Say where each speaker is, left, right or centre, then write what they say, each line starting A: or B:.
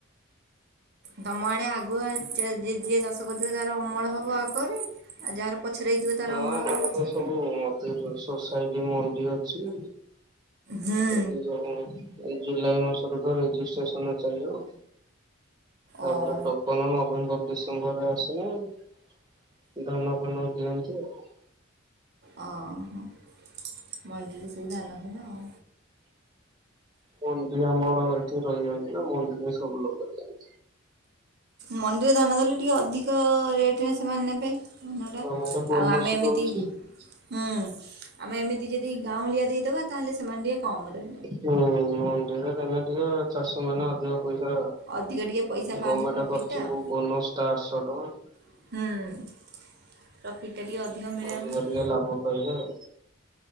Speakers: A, on the right (about 50°); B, on the right (about 20°).
A: ଦମ ଆଡେ ଆଗୁଆ ହଁ ଯିଏ ଯିଏ ଚାଷ କରୁଥିବ ତାର ଅମଳ ହବ ଆଗରେ। ଆଉ ଯାହାର ପଛେରେ ହେଇଥିବ ତାର
B: ହଁ
A: ଅମଳ
B: ଆମର
A: ହେବ ପଛରେ
B: ତ ସବୁ <unintelligible> ସୋସାଇଟି ମଣ୍ଡି ଅଛି।
A: ହୁଁ।
B: ଏଠି ସବୁଁ ଏଇ ଜୁଲାଇ ମାସରୁ ତ ରେଜିଷ୍ଟ୍ରେସନ ଚାଲିବ। ତାପରେ
A: ଓହୋ
B: ପ୍ର ଫୋନ ନଭେମ୍ବର ଡିସେମ୍ବରରେ ଆସେନା ଉଁ ଧାନ ଫାନ ଦିଅନ୍ତି ଆଉ।
A: ଓ ହଁ ମଣ୍ଡି ରେ ସେଇ ଧାନ ଫାନ ଆଉ।
B: ବନ୍ଧୁ ଆମର ଏଇଠି ରହିଯାଉଚି ନା ମନ୍ଦିର ରେ ସବୁ ଲୋକ ଦିଅନ୍ତି।
A: ମଣ୍ଡିରେ ଧାନା ଦେଲେ ଟିକେ ଅଧିକ ରେଟ ରେ ସେମାନେ ନେବେ ଧନଟା।
B: ଗମେଣ୍ଟ ବୋନସ
A: ଆଉ ଆମେ ଏମିତି
B: ଦଉଛି
A: ହୁଁ ଆମେ ଏମିତି ଯଦି ଗାଉଁଳିଆ ଦେଇଦବା ତାହେଲେ ସେମାନେ ଟିକେ କମ ରେ
B: ହୁଁ ମଣ୍ଡିରେ ଧାନ ଟିକେ ଚାଷି ମାନେ ଅଧିକ ପଇସା
A: ଅଧିକ ଟିକେ ପଇସା ପାଆନ୍ତି
B: ଗମେଣ୍ଟ
A: ପ୍ରଫିଟ୍ଟା
B: କରିଚି
A: ଆଉ
B: ବୋ ବୋନସ ଟା ଆଠଶହ ଟଙ୍କା।
A: ହୁଁ। ପ୍ରଫିଟ୍ ଟିକେ ଅଧିକ। ମିଳେ
B: ଆ
A: ଆମକୁ
B: ଟିକେ ଅଧିକ ଲାଭ ପାଇବେ ଆଉ।